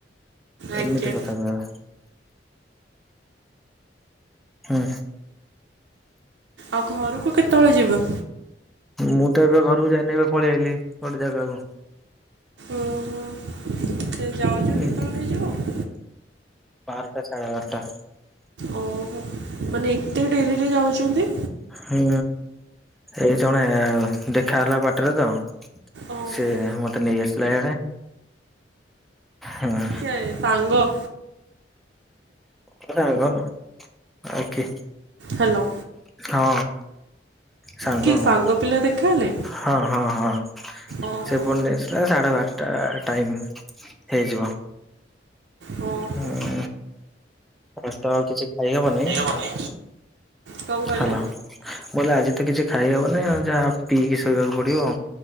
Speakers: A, on the right; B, in the centre.
A: ଆଜ୍ଞା
B: ଏମିତି କଥା ତା ହୁଁ।
A: ଆଉ ଘରୁକୁ କେତେବେଳେ ଯିବେ?
B: ମୁଁ ତ ଏବେ ଘରକୁ ଯାଇନି ଏବେ ପଳେଇ ଆଇଲି ଗୋଟେ ଜାଗାକୁ।
A: ଓହୋ ସେ ଯାଉ
B: ହୁଁ।
A: ରହିଯିବ।
B: ବାରଟା ସାଢ଼େ ବାରଟା।
A: ଓହୋ ମାନେ ଏତେ ଡେରିରେ ଯାଉଛନ୍ତି?
B: ହୁଁ ଏଇ ଜଣେ ଦେଖା ହେଲା ବାଟରେ ତ।
A: ଓହୋ
B: ସେ ମତେ ନେଇ ଆସିଲା ଇଆଡେ ହୁଁ।
A: ହେ ସାଙ୍ଗ?
B: ଗୋଟେ ଆଙ୍ଗନ ଆଉ କିି।
A: ହେଲୋ।
B: ହଁ। ସାଙ୍ଗ
A: କିଏ
B: ମଁ
A: ପିଲା ଦେଖାହେଲେ?
B: ହଁ ହଁ ହଁ ସେ
A: ଓହୋ
B: ଏପଟେ ନେଇଆସ। ପ୍ରାୟ ସାଢ଼େ ବାରଟା ଟାଇମ୍ ହେଇଯିବ।
A: ଓହୋ।
B: ହୁଁ କଷ୍ଟ ଆଉ କିଛି ଖାଇ ହବନି
A: ଦେଇହବନି? କଣ କହିଲେ
B: ହେଲୋ। ମୁଁ କହିଲି ଆଜି ତ କିଛି ଖାଇହବନି ଆଉ ଯାହା ପିଇକି ଶୋଇବାକୁ ପଡିବ।